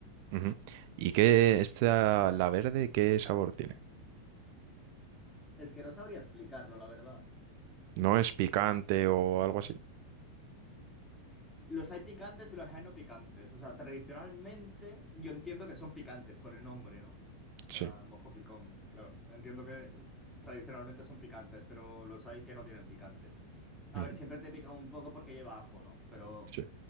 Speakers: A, on the right; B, in the centre.
A: Ujú. ¿Y qué, esta, la verde, qué sabor tiene?
B: Es que no sabría explicarlo, la verdad.
A: ¿No es picante o algo así?
B: Los hay picantes y los hay no picantes. O sea, tradicionalmente yo entiendo que son picantes por el nombre, ¿no? O sea,
A: Sí,
B: mojo picón, claro. Entiendo que tradicionalmente son picantes, pero los hay que no tienen picante. A
A: ujú,
B: ver, siempre te pica un poco porque lleva ajo, ¿no? Pero
A: sí.